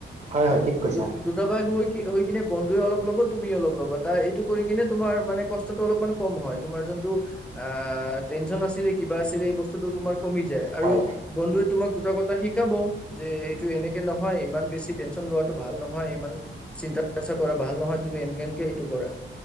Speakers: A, on the right; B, in the centre.
A: হয় হয় ঠিক কৈছা
B: দু দুটা ভাগ হৈ কি কিনে বন্ধুৱয়ে অলপ ল'ব তুমি অলপ ল'ব তা এইটো কৰি কিনে তোমাৰ মানে কষ্টটো অলমান কম হয় তোমাৰ যোনটো অ টেনচন আছিলে কিবা আছিলে এই বস্তুটো তোমাৰ। কমি যায় আৰু
A: হয়
B: বন্ধুে তোমাক দুটা কথা। এটা শিকাব যে। টো এনেকে নহয় ইমান বেছি টেনচন লোৱাটো ভাল নহয়। হয় ইমান চিন্তা। জা কৰা ভাল নহয় তুমি এনকে এনকে এইটো কৰা।